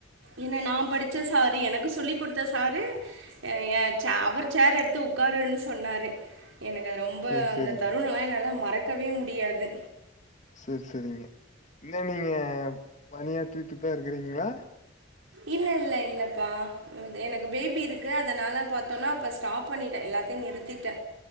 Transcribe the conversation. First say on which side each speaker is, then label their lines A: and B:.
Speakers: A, on the right; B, on the left.
A: என்ன நா படிச்ச சாரு எனக் கு சொல்லி குடுத்த சாரு ஏ ஏ சே அவர் சேரு எடுத்து உக்காருன்னு சொன்னாரு எனக்கு அது ரொம்ப
B: சரி சரிங்க.
A: அந்த தருணல்லா என்னால மறக் கவே முடியாது
B: செர் செரிங்க இன்ன நீங்க பணியாற்றிட்டுதா இருக்கறிங்ளா
A: இல்ல இல்ல இல்லப்பா எனக்கு பேபி இருக்கு அதனால பாத்தோனா இப்ப ஸ்டாப் பண்ணிட்டே எல்லாத்தையு நிறுத்திட்ட